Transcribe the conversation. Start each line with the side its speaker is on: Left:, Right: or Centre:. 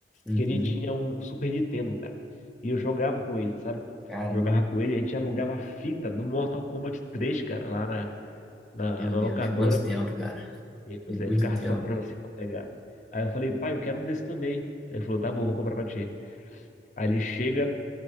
Centre: Uhum.
Left: que ele tinha um Super Nintendo, cara. E eu jogava com ele, sabe?
Centre: Caramba,
Left: Jogava com ele, a gente alugava fita do Mortal Kombat três, cara, lá na, na,
Centre: meu
Left: na
Centre: Deus,
Left: locadora.
Centre: quanto tempo, cara.
Left: E aí, pois
Centre: Tem muito
Left: é, ficava
Centre: tempo.
Left: soprando assim pra pegar. Aí eu falei, pai, eu quero um desse também. Aí Ele falou, tá bom, vou comprar pra ti. Aí ele chega